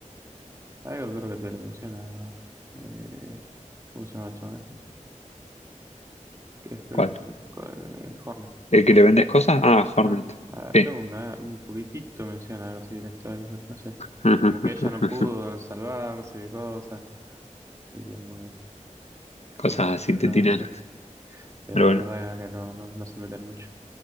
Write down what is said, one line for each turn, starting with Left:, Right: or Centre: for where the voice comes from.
Right: Algo creo que te lo menciona. Eh, ¿cómo se llama el chabón este? Que es que-
Left: ¿Cuál?
Right: que- co- eh, Hornet.
Left: ¿El que le vendes cosas? Ah, Hornet.
Right: No, no, ah,
Left: Sí.
Right: creo que una- un poquitito menciona algo así de la historia, pero no sé.
Left: <laughs>
Right: Como que ella no pudo salvar, no sé qué cosa. Y que como, que-
Left: Cosas
Right: como que
Left: así te
Right: tocaba
Left: tiran.
Right: así. Pero
Left: Pero
Right: la
Left: bueno.
Right: verdad que no, no, no se meten mucho.